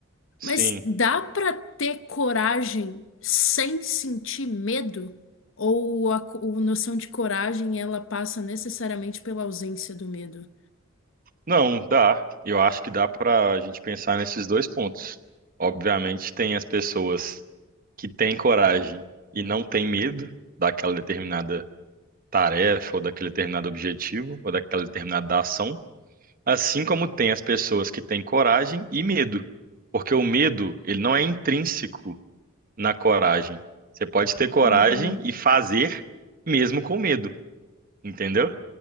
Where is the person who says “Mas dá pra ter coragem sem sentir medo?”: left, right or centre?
Left